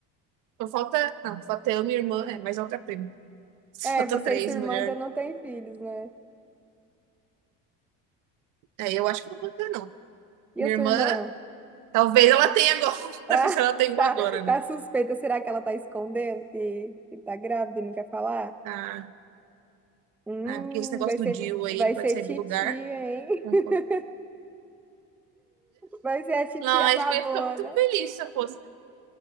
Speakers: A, on the right (about 70°); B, in the centre.
A: Só falta. Não, falta eu, minha irmã, é, mais outra prima. <laughs>
B: É,
A: Falta
B: você
A: três
B: e sua irmã
A: mulheres.
B: ainda não têm filhos, né?
A: É, eu acho que não vou ter, não.
B: E
A: Minha
B: a sua
A: irmã,
B: irmã?
A: talvez ela tenha agora. <laughs> Talvez
B: Ah,
A: ela tenha
B: <laughs>
A: uma
B: tá,
A: agora, né?
B: tá suspeita. Será que ela tá escondendo que, que tá grávida e não quer falar?
A: Ah,
B: Hum,
A: ah, porque esse negócio
B: vai
A: do
B: ser,
A: DIU aí,
B: vai
A: ele pode
B: ser
A: sair
B: titia,
A: do lugar.
B: hein?
A: Concordo.
B: <laughs> Vai ser a titia
A: Não, acho
B: babona.
A: que eu ia ficar muito feliz se eu fosse.